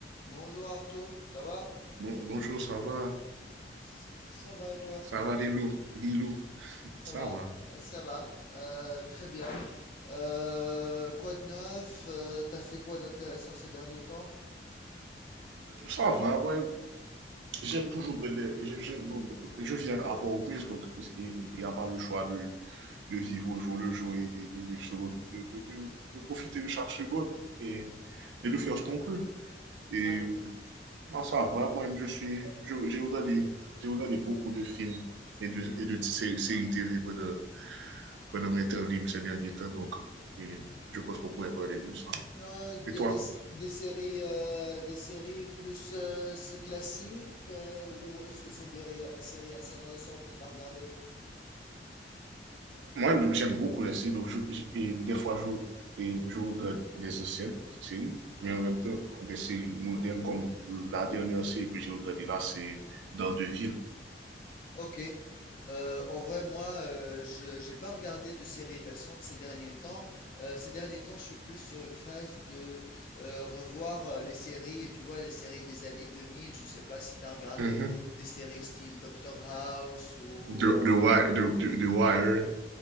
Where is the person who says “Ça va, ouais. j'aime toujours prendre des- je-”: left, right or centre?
Right